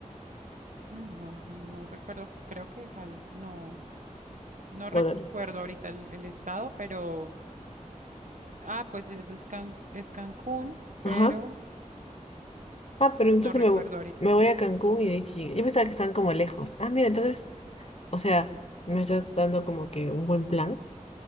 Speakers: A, on the right (about 70°); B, on the left (about 50°).
A: mm, no, no recuerdo, creo que Jal- no, no
B: Bueno,
A: recuerdo ahorita el, el estado, pero, ah, pues eso es, Can- es Cancún, pero
B: Ajá. Ah, pero entonces
A: no recuerdo
B: me, vo-
A: ahorita.
B: me voy a Cancún y de ahí Chillán. Yo pensaba que estaban como lejos. Ah, mira, entonces, o sea, me estás dando como que un buen plan